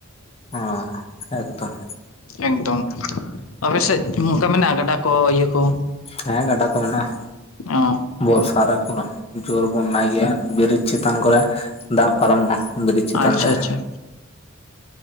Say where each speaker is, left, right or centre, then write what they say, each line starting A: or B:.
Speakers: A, on the left; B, on the left.
A: ᱚ ᱮᱠᱫᱚᱢ᱾
B: ᱮᱠᱫᱚᱢ ᱟᱯᱮᱥᱮᱫ ᱚᱝᱠᱟ ᱢᱮᱱᱟᱜᱼᱟ ᱜᱟᱰᱟ ᱠᱚ ᱤᱭᱟᱹ ᱠᱚ?
A: ᱦᱮᱸ ᱜᱟᱰᱟ ᱠᱚ ᱢᱮᱱᱟᱜᱼᱟ᱾
B: ᱚ
A: ᱵᱚᱨᱥᱟ ᱨᱮ ᱯᱩᱨᱟᱹ ᱡᱳᱨ ᱵᱚᱱᱱᱟᱭ ᱜᱮᱭᱟ᱾ ᱵᱨᱤᱡᱽ ᱪᱮᱛᱟᱱ ᱠᱚᱨᱮ ᱫᱟᱜ ᱯᱟᱨᱚᱢᱚᱜᱼᱟ ᱵᱨᱤᱡᱽ ᱪᱮᱛᱟᱱ
B: ᱟᱪᱪᱷᱟ
A: ᱛᱮ᱾
B: ᱟᱪᱪᱷᱟ